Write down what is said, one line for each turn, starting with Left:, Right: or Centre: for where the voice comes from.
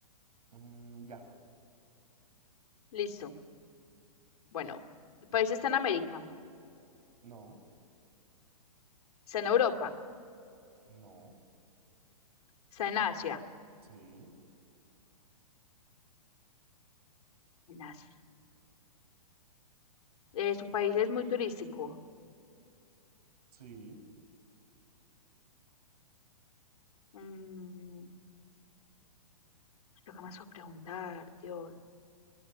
Right: Mm, ya.
Left: Listo. Bueno, el país está en América,
Right: No.
Left: está en Europa,
Right: No.
Left: está en Asia.
Right: Sí.
Left: En Asia. Eh, su país es muy turístico.
Right: Sí.
Left: Mm, Lo que más voy a preguntar, Dios.